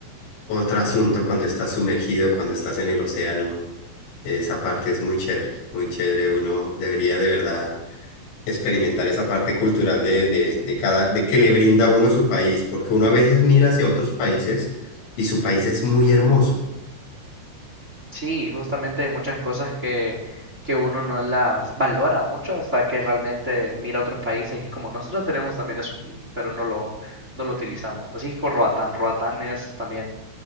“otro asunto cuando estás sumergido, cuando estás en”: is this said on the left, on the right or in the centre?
Left